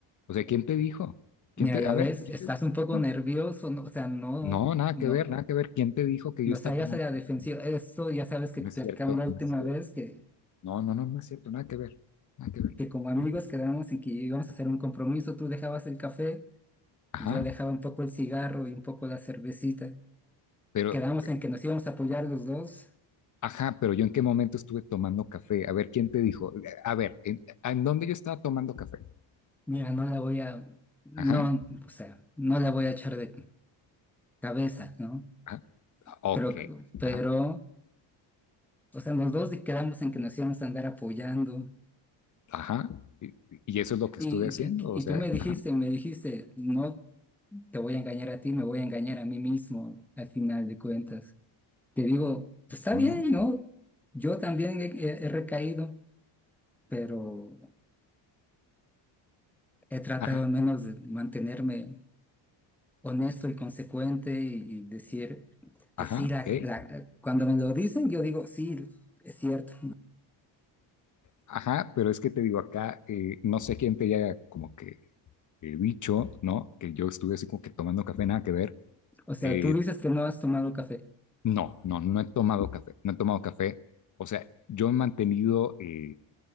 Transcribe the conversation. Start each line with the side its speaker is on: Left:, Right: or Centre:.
Left: O sea, ¿quién te dijo?
Centre: mira,
Left: ¿Quién te,
Centre: ya
Left: a ver,
Centre: ves,
Left: ¿quién
Centre: estás
Left: te
Centre: un poco
Left: dijo?
Centre: nervioso, no, o sea, no,
Left: No, nada
Centre: no,
Left: que ver, nada que ver. ¿Quién te dijo que
Centre: no
Left: yo estaba
Centre: hayas
Left: tomando
Centre: a la
Left: café?
Centre: defensiva. Esto ya sabes que
Left: No
Centre: platicamos
Left: es cierto,
Centre: la
Left: no
Centre: última
Left: es cierto.
Centre: vez que,
Left: No, no, no, no es cierto, nada que ver, nada que ver.
Centre: que como amigos
Left: No.
Centre: quedamos en que íbamos a hacer un compromiso, tú dejabas el café.
Left: Ajá,
Centre: Yo dejaba un poco el cigarro y un poco la cervecita.
Left: pero,
Centre: Quedamos en que nos íbamos a apoyar los dos.
Left: ajá, pero yo en qué momento estuve tomando café. A ver, ¿quién te dijo? A ver, ¿en, en dónde yo estaba tomando café?
Centre: Mira, no la voy a, no,
Left: Ajá,
Centre: o sea, no la voy a echar de cabeza, ¿no?
Left: ajá, ok,
Centre: Pero,
Left: ajá.
Centre: pero,
Left: ajá.
Centre: o sea, los dos quedamos en que nos íbamos a andar apoyando.
Left: Ajá. Y, y eso es lo que
Centre: Y,
Left: estuve haciendo.
Centre: y,
Left: O sea,
Centre: y tú me dijiste,
Left: ajá,
Centre: me dijiste, no te voy a engañar a ti, me voy a engañar a mí mismo al final de cuentas. Te digo, "Pues está
Left: no,
Centre: bien,
Left: no.
Centre: ¿no? Yo también he he- he recaído, pero... he tratado
Left: Ajá,
Centre: al menos de mantenerme honesto y consecuente y, y decir, pues
Left: ajá,
Centre: sí, la,
Left: ok.
Centre: la- cuando me lo dicen, yo digo, sí, es cierto.
Left: Ajá, pero es que te digo acá, eh, no sé quién te haya como que eh, dicho, ¿no? Que yo estuve así como que tomando café, nada que ver.
Centre: O sea,
Left: Eh,
Centre: tú dices que no has tomado café.
Left: no, no, no he tomado café, no he tomado café. O sea, yo he mantenido, eh,